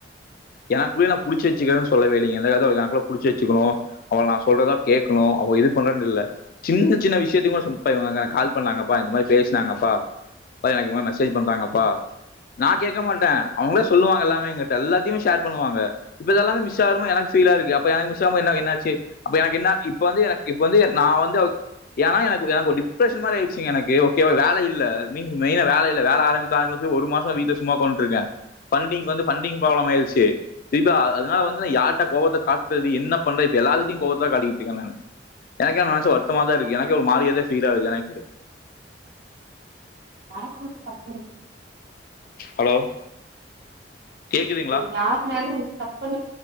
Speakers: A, on the left; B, on the right.
A: எனக்குள்ளயே நா புடிச்சு வச்சுக்கேன்னு சொல்லவே இல்லங்க எந்தக்குள்ள புடிச்சு வச்சுணு அவள நா சொல்றதா கேக்கனு அவ இது பண்றேன்னு இல்ல சின்ன சின்ன வியத்தயு கூப்ப இவுங்க கால் பண்ணாங்கப்பா இந்த மாதிரி பேசினாங்கப்பா எனக்கு இவுங்க மெசேஜ் பண்றாங்கப்பா நா கேக்க மாட்டே அவுங்களே சொல்லுவாங்க எல்லாமே எங்கிட்ட எல்லாத்தையு ுவ <unintelligible> தீபா அதனால வந்து நா யார்ட்ட கோவத்த காட்றது என்ன பண்றே இப்ப எல்லாத்துகிட்டேயு கோபத்த காட்டிக்கிட்ட இருக்கே நானு எனக்கு என்ன நெனச்சா வருத்தமாதா இருக்கு எனக்கே ஒரு மாதிரியதா ஃபீல் ஆகுது எனக்கு
B: <unintelligible>
A: ஹலோ கேக்குதுங்களா
B: சரி யார் மேலயு தப்ப